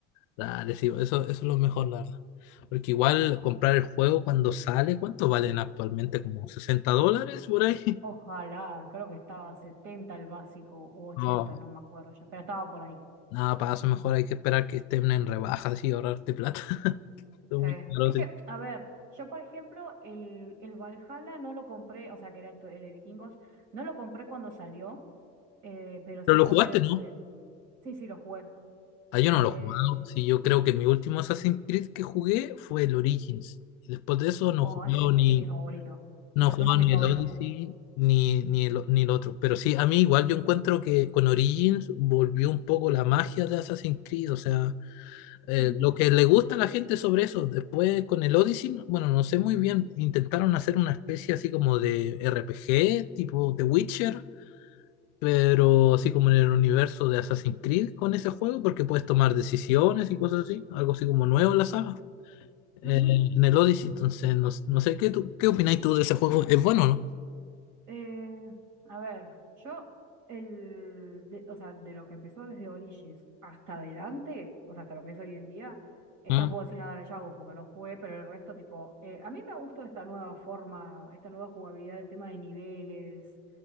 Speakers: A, on the left (about 60°); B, on the right (about 60°).
A: Dale, sí, eso, eso es lo mejor, la verdad. Porque igual comprar el juego cuando sale, ¿cuánto valen actualmente? ¿Como 60 dólares por ahí? <laughs>
B: Ojalá, creo que estaba 70 el básico u ochenta
A: No,
B: no me acuerdo ya, pero estaba por ahí.
A: nada, para eso mejor hay que esperar que estén en rebaja y ahorrarte plata. Uy,
B: Sí.
A: claro,
B: Es
A: sí.
B: que, a ver, yo por ejemplo, el, el Valhalla no lo compré, o sea, que era el, tu- el de vikingos, no lo compré cuando salió, eh, pero sí
A: Pero
B: lo
A: lo jugaste,
B: compré,
A: ¿no?
B: no sé, sí, sí, lo jugué.
A: Ah, yo no
B: Eh,
A: lo he jugado. Sí, yo creo que mi último Assassin's Creed que jugué fue el Origins. Y después de eso no
B: oh,
A: he jugado
B: ese,
A: ni,
B: ese es mi favorito.
A: no
B: O sea,
A: he jugado
B: es uno de mis
A: ni
B: favoritos.
A: el Odyssey
B: perdón.
A: ni, ni el, ni el otro. Pero sí, a mí igual yo encuentro que con Origins volvió un poco la magia de Assassin's Creed. O sea, eh,
B: Ujú,
A: lo que le gusta a la gente sobre eso. Después con el Odyssey, no- bueno, no sé muy bien. Intentaron hacer una especie así como de RPG, tipo The Witcher pero así como en el universo de Assassin's Creed con ese juego, porque puedes tomar decisiones y cosas así, algo así como nuevo en la saga,
B: ujú.
A: eh, en el Odyssey. Entonces, no, no sé, ¿qué, tú, qué opináis tú de ese juego? ¿Es bueno o no?
B: Eh, a ver, yo, el, de- o sea, de lo que empezó desde Origins hasta adelante, o sea, hasta lo que es hoy en día, eh,
A: ¿Ah?
B: no puedo decir nada de Shadows porque no jugué, pero el resto, tipo, eh, a mí me gustó esta nueva forma, esta nueva jugabilidad, el tema de niveles,